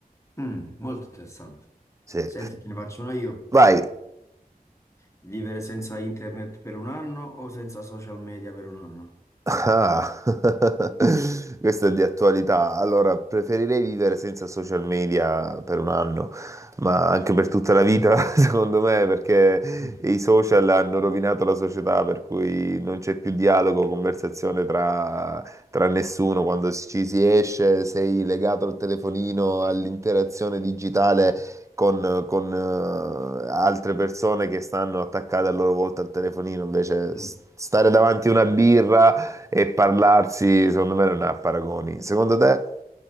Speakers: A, on the left; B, on the right.
A: Mm, molto interessante.
B: Sì.
A: Senti, te ne faccio una io.
B: Vai,
A: Vivere senza internet per un anno o senza social media per un anno?
B: Ah, <laughs> questo è di attualità. Allora, preferirei vivere senza social media per un anno, ma anche per tutta la vita, <laughs> secondo me, perché
A: Mm.
B: i social hanno rovinato la società, per cui non c'è più dialogo, conversazione tra, tra nessuno. Quando si- ci si esce, sei legato al telefonino, all'interazione digitale. Con, con, eh, altre persone che stanno attaccate a loro volta al telefonino, invece
A: Mm.
B: s- stare davanti a una birra, e parlarsi, secondo me, non ha paragoni. Secondo te?